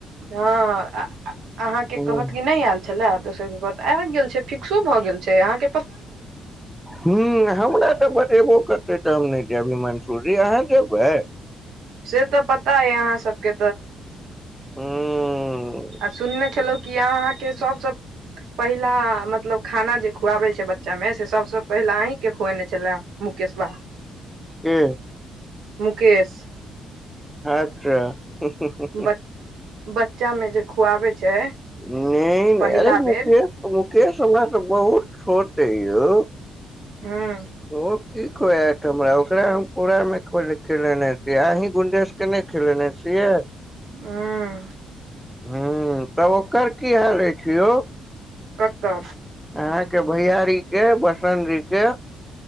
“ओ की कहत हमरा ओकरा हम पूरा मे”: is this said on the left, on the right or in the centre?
Centre